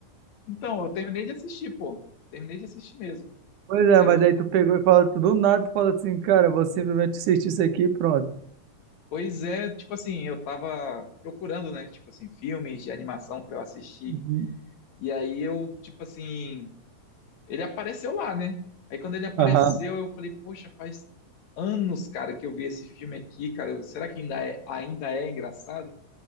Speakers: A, on the left; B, on the right.
A: Então, eu terminei de assistir, pô. Terminei de assistir mesmo.
B: Pois é,
A: Aí
B: mas
A: eu,
B: aí tu pegou e falou tudo do nada, tu fala assim, cara, vou simplesmente assistir isso aqui e pronto.
A: pois é, tipo assim, eu tava procurando, né, tipo assim, filmes de animação pra eu assistir.
B: Uhum.
A: E aí eu, tipo assim. Ele apareceu lá, né? Aí quando ele apareceu,
B: Aham.
A: eu falei, poxa, faz anos, cara, que eu vi esse filme aqui, cara. Eu- será que ainda é, ainda é engraçado?